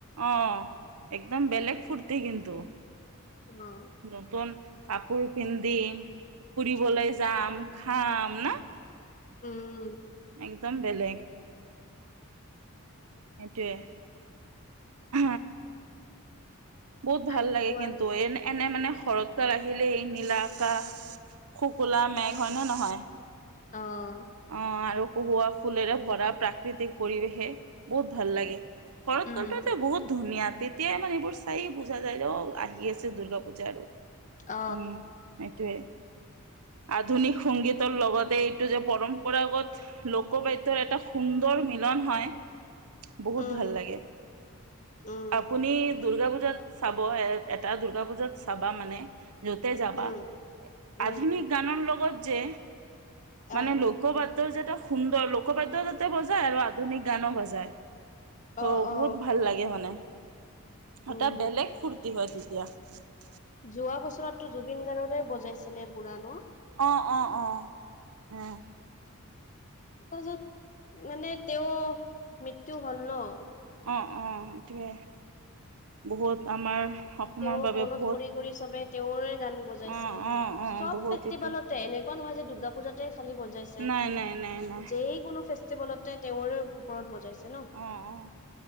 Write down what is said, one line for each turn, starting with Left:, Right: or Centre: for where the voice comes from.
Right: অহ একদম বেলেগ ফুৰ্তি কিন্তু।
Left: অ
Right: নতুন কাপোৰ পিন্ধিম। ফুৰিবলৈ যাম। খাম। না।
Left: উম।
Right: একদম বেলেগ। সেইটোৱে। হ। বহুত ভাল
Left: আৰু
Right: লাগে
Left: কোৱা
Right: কিন্তু। এনে এনে মানে শৰৎ কাল আহিলেই নীলা আকাশ শুকুলা মেঘ। হয় নে নহয়?
Left: অহ।
Right: অ' আৰু কহুৱা ফুলেৰে ভৰা প্ৰাকৃতিক পৰিৱেশে বহুত ভাল লাগে। শৰৎ
Left: উম
Right: কালটো এটা বহুত ধুনীয়া তেতিয়াই মানে এইবোৰ চায়ে বুজা যায় যে - অ'আহি আছে দূৰ্গাপূজা আৰু।
Left: অ
Right: উম। হেতুয়ে। আধুনিক সংগীতৰ লগতে এইটো যে পৰম্পৰাগত লোকবাদ্যৰ এটা সুন্দৰ মিলন হয়, বহুত
Left: উম
Right: ভাল লাগে।
Left: উম
Right: আপুনি দুৰ্গাপুজা পূজাত চাব, এ এটা দুৰ্গাপূজাত চাবা মানে য'তে যাবা
Left: উম উম
Right: আধুনিক গানৰ লগত যে মানে
Left: অ
Right: লোকবাদ যে এটা সুন্দৰ লোকবাদ্য যাতে বজায় আৰু আধুনিক গানো বজায়। ত'
Left: অ অ
Right: বহুত ভাল লাগে মানে।
Left: উম
Right: এটা বেলেগ ফূৰ্তি হয় তেতিয়া।
Left: যোৱা বছৰতো জুবিন গাৰ্গৰে বজাইছিলে পুৰা ন?
Right: অহ। অহ। অ'। অ',।
Left: পাছত মানে তেওঁৰ মৃত্যু হল ন,
Right: অঁহ। অঁহ। এইটোৱে বহুতআমাৰ অসমৰ
Left: তেওঁক
Right: বাবে
Left: মনত
Right: বহুত
Left: কৰি কৰি চবে তেওঁৰে গান বজাইছে
Right: অ',
Left: আৰু।
Right: অ', অ',
Left: চব
Right: বহুত
Left: ফেষ্টিভেলতে
Right: এইটো
Left: এনেকুৱা নহয় যে দুৰ্গাপূজাতে খালি বজাইছে।
Right: নাই, নাই, নাই, নাই
Left: যেই কোনো ফেষ্টিভেলতে তেওঁৰে ওপৰত বজাইছে। ন
Right: অহ। অহ।